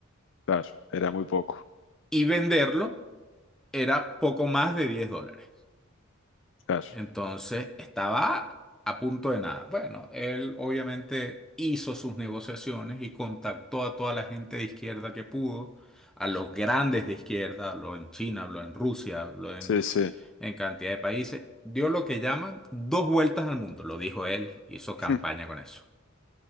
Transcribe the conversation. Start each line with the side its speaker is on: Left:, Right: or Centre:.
Left: claro, era muy poco,
Centre: y venderlo era poco más de 10 dólares.
Left: claro.
Centre: Entonces estaba a punto de nada. Bueno, él obviamente hizo sus negociaciones y contactó a toda la gente de izquierda que pudo, a los grandes de izquierda, habló en China, habló en Rusia, habló en,
Left: Sí, sí.
Centre: en cantidad de países. Dio lo que llaman dos vueltas al mundo, lo dijo él, hizo
Left: <laughs>
Centre: campaña con eso.